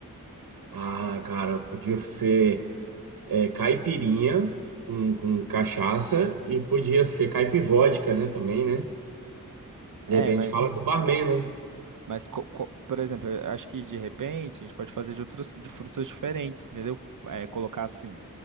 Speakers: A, on the right (about 80°); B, on the right (about 65°).
A: Ah, cara, podia ser. é, caipirinha com, com cachaça e podia ser caipivódica, né? Também, né?
B: É,
A: De repente
B: mas...
A: fala com o barman, né?
B: Mas, co- co- por exemplo, eu acho que de repente a gente pode fazer de outras de frutas diferentes, entendeu? É, colocar assim,